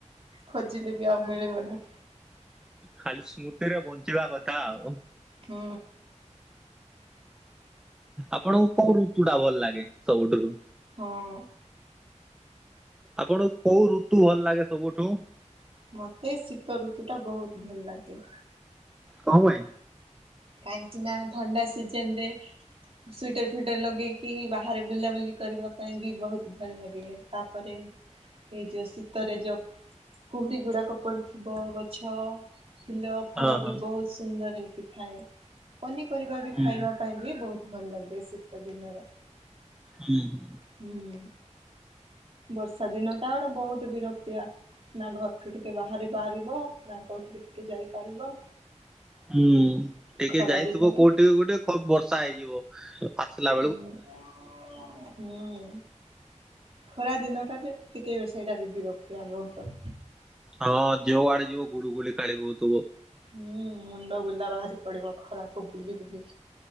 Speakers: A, on the right (about 50°); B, in the centre.
A: ଖୋଜିଲେ ବି ଆଉ ମିଳିବନି।
B: ଖାଲି ସ୍ମୃତିରେ ବଞ୍ଚିବା କଥା ଆଉ।
A: ହୁଁ।
B: ଆପଣଙ୍କୁ କଉ ଋତୁ ଟା ଭଲ ଲାଗେ ସବୁଠାରୁ।
A: ହଁ।
B: ଆପଣଙ୍କୁ କୋଉ ଋତୁ ଭଲ ଲାଗେ ସବୁଠୁ।
A: ମତେ ଶୀତ ଋତୁ ଟା ବହୁତ ଭଲ ଲାଗେ।
B: ହଣ ଭାଇ।
A: କାହିଁକି ନା ଥଣ୍ଡା ସିଜନ ରେ ସ୍ଟର ଫ ଗଟେ ଲଗେଇକି ବାହାରେ ବୁଲାବୁଲି କରିବା ପାଇଁ ବି ବହୁତ ଭଲ ଲାଗେ ତାପରେ। ଏଇ ଯୋଉ ଶୀତରେ ଯୋଉ କୁହୁଡ଼ି ଗୁଡ଼ାକ ପଡ଼ିଥିବ ଗଛ ଫୁଲ। ଫଳ
B: ହଁ ହଁ
A: ବି ବହୁତ ସୁନ୍ଦର ହୋଇଇକି ଥାଏ। ପନିପରିବା ବି
B: ହୁଁ
A: ଖାଇବା ପାଇଁ ବି ବହୁତ ଭଲ ଲାଗେ ଶୀତ ଦିନର
B: ହୁଁ ହୁଁ।
A: ହୁଁ ବର୍ଷା ଦିନ ଟା ଗୋଟେ ବହୁତ ବିରକ୍ତିଆ ନା ଘର ସେଠୁ ଟିକେ ବାହାରି ପାରିବ ନାଙ୍କଠିକେ ଟିକେ ଯାଇପାରିବ।
B: ହୁଁ ଟିକେ
A: ଖରା
B: ଯାଇଥିବ
A: ଦିନରେ
B: କୋଉଠିକ କୋଉଠିକେ ବର୍ଷା ହେଇଯିବ ଫସିଲା।
A: ହଁ ହୁଁ ଖରା ଦିନଟାରେ ଟିକେ ବ ସେଇଟା ବି ବିରକ୍ତି ଆବହୁତ
B: ହଁ ଯଉ ଆଡେ ଯିବ ଗୁଡୁ ଗୁଳି କାଳି ହଉଥିବ।
A: ହଁ ମୁଣ୍ଡ ବୁଲା ବାହାରି ପଡିବ ଖରାକୁୁ ବୁଲି ବୁଲି